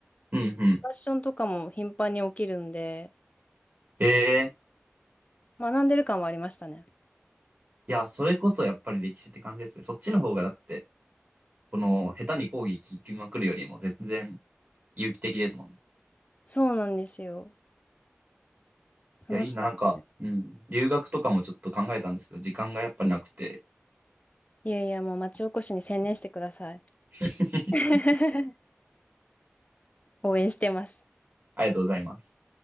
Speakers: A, on the right (about 40°); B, on the left (about 30°).
A: うんうん。
B: ファッションとかも頻繁に起きるんで、
A: ええ。
B: 学んでる感はありましたね。
A: いや、それこそやっぱり歴史って感じですね。そっちの方がだって、この下手に講義聞きまくるよりも全然有機的ですもんね。
B: そうなんですよ。楽しかったです。
A: いや、いいな、なんか、うん。留学とかもちょっと考えたんですけど、時間がやっぱりなくて。
B: いやいや、もう町おこしに専念してください。
A: <laughs>
B: <laughs> 応援してます。
A: ありがとうございます。